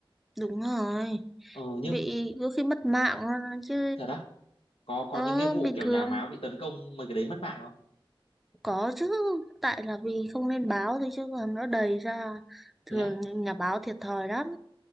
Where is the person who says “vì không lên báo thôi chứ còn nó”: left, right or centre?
Centre